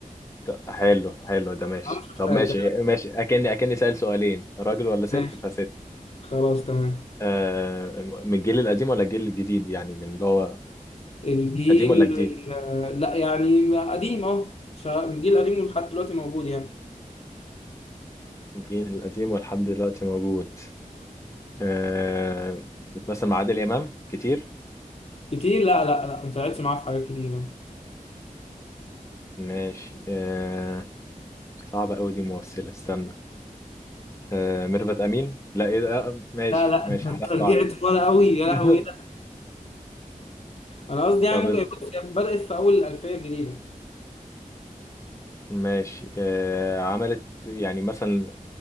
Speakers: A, on the left; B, on the left.
A: طب حلو حلو ده ماشي
B: انا مش متخيل
A: طب ماشي ماشي اكني اكني سأل سؤالين راجل ولا ست
B: ماشي
A: فست
B: خلاص تمام
A: آه من الجيل القديم ولا الجيل الجديد يعني من اللي هو
B: الجيل
A: قديم ولا جديد
B: ال- لا يعني قديم اه شا- الجيل القديم ولحد دلوقتي موجود يعني
A: الجيل القديم ولحد دلوقتي موجود آه بتمثل مع عادل إمام كتير
B: كتير لا لا لا ما طلعتش معاه في حاجات كتير
A: ماشي آه صعبة أوي دي ممثلة استنى آه ميرفت أمين لا إيه ده آه ماشي
B: لا لا
A: ماشي
B: انت أنت
A: حرقت
B: رجعت
A: واحدة
B: ورا قوي يا
A: <laughs>
B: لهوي ده انا قصدي يعني
A: طب
B: ممكن
A: اصبر.
B: بص هي بدأت في اول الألفية الجديدة
A: ماشي آه عملت يعني مثلا